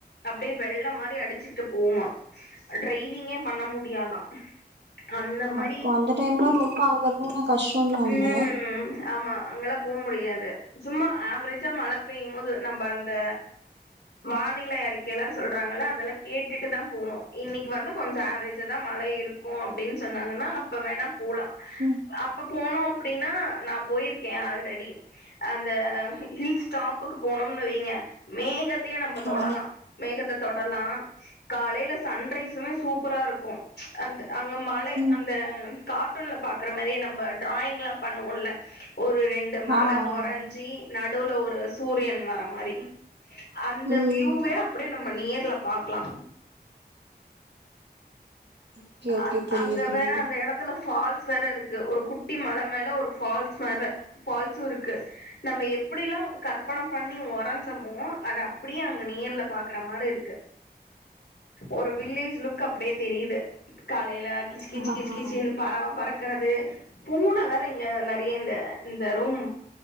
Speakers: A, on the left; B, on the right.
A: அப்டியே வெள்ளம் மாரி அடிச்சுகிட்டு போவுமா டிரைவிங்கே பண் ண முடியாதா அந்த மாரி
B: அப்போ அந்த டைம்ல ரொம்ப அங்க இருக்கவுங்க கஷ்டோல்லா இல்ல
A: உம் ஆமா அங்கெல்லா போ முடியாது சும்மா ஆவ்ரேஜ்ஜா மழ பெய்யும் மோது நம்ப அந்த வானிலை அறிக்கையெல்லா சொல்றாங்கல்ல அதெல்லா கேட்டுட்டு தா போனு இன்னைக்கு வந்து கொஞ்சோ ஆவ்ரேஜ்ஜா தா மழை இருக்கு அப்டின்னு சொன்னாங்கன்னா அப்ப வேணா போலா
B: ம்
A: அப்பக் போனோ அப்டின்னா நா போயிருக்கே அல்ரெடி அந்த ஹில் ஸ்டாப்புக்கு போனோ னுவைங்க மேகத்தையே நம்ம தொடலா
B: ஆ
A: மேகத்த தொடலா காலேல சன்ரைஸுமே சூப்பரா இருக்கு அந்த அங்க மலை
B: ம்
A: அந்த ஆ கார்ட்டூன்ல பாக்குற மாரியே நம்ப டிராயிங்ல்லா பண்ணுவோல்ல ஒரு ரெண்டு மலை
B: ஆ ஆ
A: ஒரஞ்சி நடூல ஒரு சூரியன் வர மாரி அந்த
B: ம்
A: வியூவே அப்டியே நம்ம நேர்ல பாக்லா
B: ஓகே ஓகே
A: ஆ
B: புரியுது
A: அங்க
B: புரியுது
A: வேற அந்த இடத்துல ஃபால்ஸ் வேற இருக்கு ஒரு குட்டி மல மேல ஒரு ஃபால்ஸ் வேற ஃபால்ஸு இருக்கு நம்ப எப் டில்லா கற்பன பண்ணி வோறஞ்சமோ அத அப்டியே அங்க நேர்ல பாக்குற மாரி இருக்கு ஒரு வில்லேஜ் லுக் அப்டியே தெரியுது காலேல கிச் கிச்
B: ஆ
A: கிச்
B: ஹா
A: கிச்ன்னு பறவ பறக் கறது பூன வேற இங்க நெறைய இந்த இந்த ரூம்